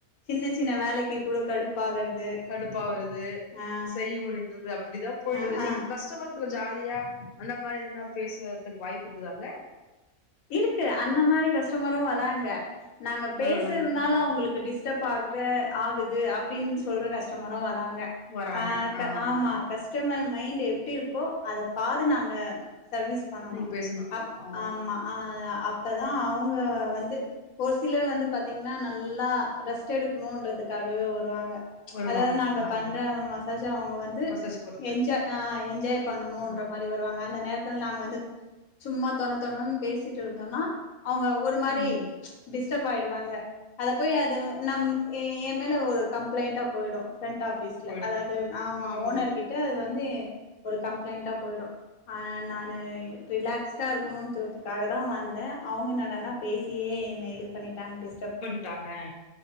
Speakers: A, on the left; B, on the left.
A: சின்ன சின்ன வேலைக்கி கூட கடுப்பாகறது
B: கடுப்பாவறது
A: ஆ
B: செய்ய முடிந்தது அப்டிதா போயிடுது
A: ஆ
B: நீங்
A: ஆ
B: கஸ்டமர்கிட்ட ஒரு ஜாலியா அந்த மாரி எதுனா பேசுறதுக்கு வாய்ப்பு இருக்குதாங்க
A: இருக்கு அந்த மாரி கஸ்டமரு வராங்க நாங்க
B: ஆ
A: பேசுறதுனால
B: ஆ
A: அவங்களுக்கு டிஸ் டப் ஆகுற ஆகுது அப்டின்னு சொல்ற கஸ்டமரும் வராங்க
B: வராங்க
A: அ இப்ப
B: ஆ
A: ஆமா
B: ஆ
A: கஸ்டமர் மைண்ட் எப்டி இருக்கோ அத பாத்து நாங்க சர்வீஸ் பண்ணணு
B: நீங்க பேசணு
A: அப்
B: ஓ
A: ஆமா ஆ அப்பதா அவங்க வந்து ஒரு சிலர் வந்து பாத்தீங்னா நல்லா ரெஸ்ட் எடுக்குணுன்றதுக்காவே வருவாங்க
B: வருவாங்க
A: அதாவது நாங்க
B: ஆமா
A: பண்ற மசாஜ்ஜ அவங்க வந்து
B: மசாஜ் பொறுத்து
A: என்ஜாய், ஆ, என்ஜாய் பண்ணணுன்ற
B: ம்
A: மா ரி வருவாங்க அந்த நேரத்துல நாங்க வந்து சும்மா தொண தொணனு பேசிட்டு இருந்தோன்னா அவங்க ஒரு மாரி
B: ம்
A: டிஸ்டர்ப் ஆயிடுவாங்க அத போய் அது நம் எ ஏ மேல ஒரு கம்ப்ளைண்டா போயிடு ஃப்ரண்ட் ஆஃபிஸ் ல
B: போயிடு
A: அதாவது ஆமா
B: ம்
A: ஓனர்
B: ம்
A: கிட்ட அது வந்து ஒரு கம்ப்ளைண்டா போயிடு ஆ நானு ரிலாக்ஸ்டா இருக்கணுன் <unintelligible> காக தா வந்த அவுங்க என்னாடானா பேசியே என்ன இது பண்ணிட்டாங்க டிஸ்
B: பண்ட்டாங்க